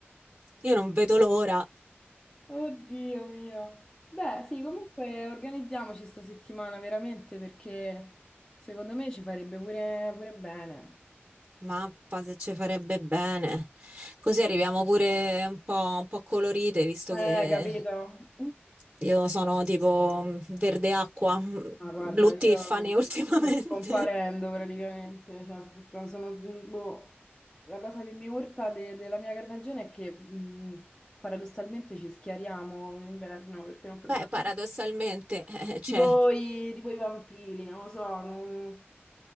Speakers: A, on the right; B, on the left.
A: Io non vedo l'ora.
B: Oddio mio. Beh, sì, comunque organizziamoci sta settimana veramente perché secondo me ci farebbe pure, pure bene.
A: Mappa se ci farebbe bene. Così arriviamo pure un po', un po' colorite, visto
B: Eh,
A: che
B: capito?
A: io sono tipo mm, verde acqua, mm,
B: Ma guarda,
A: blu Tiffany
B: io
A: <laughs> ultimamente.
B: sto scomparendo praticamente, cioè, sto tutta- sono, mm, boh, la cosa che mi urta de- della mia carnagione è che mh, paradossalmente ci schiariamo in inverno perché non prendiamo
A: Beh, paradossalmente, eh, cioè,
B: tipo i, tipo i vampiri, non lo so, non...